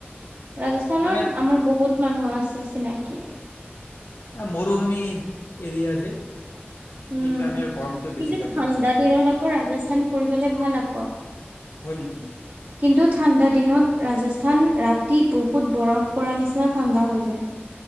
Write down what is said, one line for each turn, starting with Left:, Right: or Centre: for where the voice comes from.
Right: ৰাজস্থানত
Left: মানে
Right: আমাৰ বহুত মানুহ আছে চিনাকি
Left: মৰুভূমি এৰিয়া যে
Right: উম
Left: সেইকাৰণে আৰু গৰমটো
Right: কিন্তু
Left: বেছি তাতে
Right: ঠাণ্ডা দিনত আকৌ ৰাজস্থান ফুৰিবলে ভাল আকৌ
Left: হয় নেকি
Right: কিন্তু ঠাণ্ডা দিনত ৰাজস্থান ৰাতি বহুত বৰফ পৰা নিচিনা ঠাণ্ডা হৈ যায়